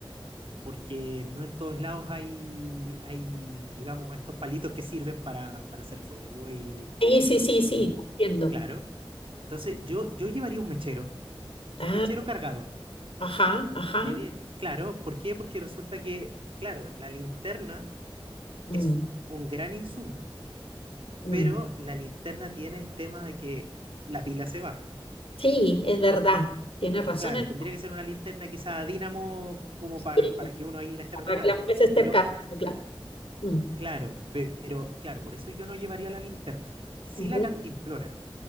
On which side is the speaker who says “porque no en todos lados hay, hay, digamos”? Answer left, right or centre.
Right